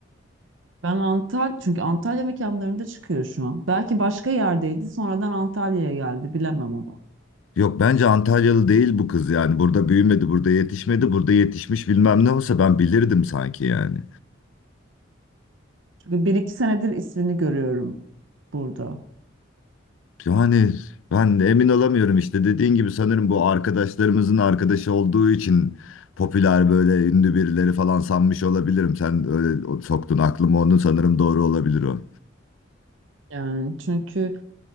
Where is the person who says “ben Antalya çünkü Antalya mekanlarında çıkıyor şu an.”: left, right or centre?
Right